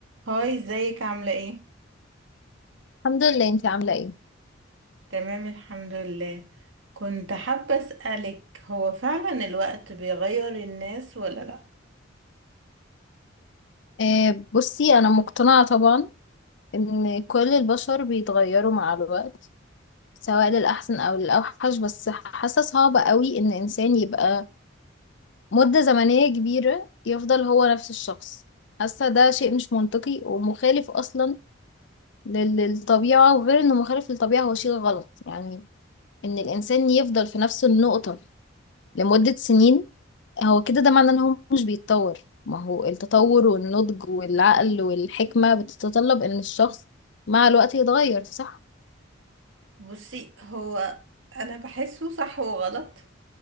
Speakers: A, on the right; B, on the left.
A: هاي ازيك عاملة ايه؟
B: الحمد لله انت عاملة ايه
A: تمام الحمد لله كنت حابة اسألك هو فعلا الوقت بيغير الناس ولا لا؟
B: آه، بصي انا مقتنعة طبعا ان كل البشر بيتغيروا مع الوقت سواء للأحسن او للأوحش بس حاسة صعبة قوي ان انسان يبقى مدة زمنية كبيرة يفضل هو نفس الشخص حاسة ده شيء مش منطقي ومخالف اصلا لل- للطبيعة وغير انه مخالف للطبيعة هو شيء غلط يعني ان الانسان يفضل في نفس النقطة لمدة سنين هو كده ده معناه ان هو مش بيتطور ما هو التطور والنضج والعقل والحكمة بتتطلب ان الشخص مع الوقت يتغير صح
A: بصي هو انا بحسه صح وغلط